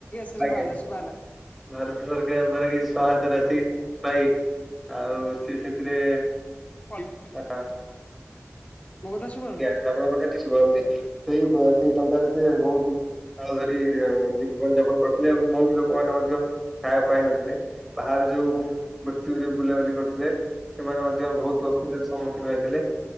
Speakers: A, on the left; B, in the centre.
A: ସେ ଶୁଭା
B: ଆଜ୍ଞା।
A: ହେଲା ଶୁଭା ହେଲା
B: ଭାରତ ସରକାରଙ୍କ ଦ୍ଵାରା କିଛି ସହାୟତା ରାଶି ପାଇ ଆଉ ସେ ସେଥିରେ
A: କ <unintelligible>
B: ଏ ଅମ୍
A: ମୋ କଥା ଶୁବାହୋଉନି?
B: ନା ଆପଣଙ୍କ କଥା ଠିକ୍ ଶୁଭା ହୋଉଚି ସେହି ସେହି ଟଙ୍କାରେ ସେ ବୋହୁତୁ କାଳ ଧରି <unintelligible> ଜୀବନ ଯାପନ କରିଥିଲେ ଏବଂ ବୋହୁତ ଲୋକମାନେ ମଧ୍ୟ ଖାଇବାକୁ ପାଇନଥିଲେ। ବାହାରେ ଯୋଉ ମୃତୁରେ <unintelligible> ବୁଲାବୁଲି କରୁଥିଲେ ସେମାନେ ମଧ୍ୟ ବୋହୁତ ଅସୁବିଧାର ସମ୍ମୁଖୀନ ହେଇଥିଲେ